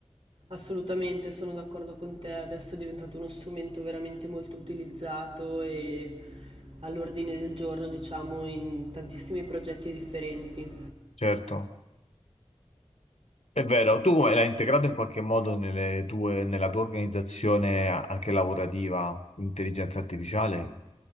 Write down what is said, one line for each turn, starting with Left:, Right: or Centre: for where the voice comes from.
Right: Assolutamente, sono d'accordo con te. Adesso è diventato uno strumento veramente molto utilizzato e all'ordine del giorno, diciamo, in tantissimi progetti differenti.
Left: Certo. È vero, tu come l'hai integrato in qualche modo nelle tue- nella tua organizzazione a- anche lavorativa, intelligenza artificiale?